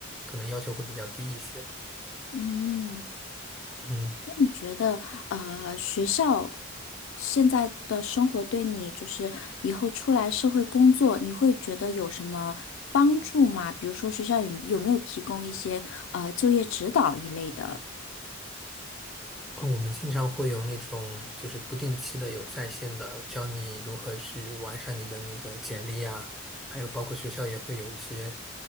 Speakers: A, in the centre; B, on the left.
A: 可能要求会比较低一些。
B: 嗯。
A: 嗯。
B: 那你觉得，呃，学校现在的生活对你，就是以后出来社会工作，你会觉得有什么帮助吗？比如说，学校有有没有提供一些呃就业指导一类的？
A: 我们经常会有那种就是不定期的有在线的，教你如何去完善你的那个简历啊，还有包括学校也会有一些，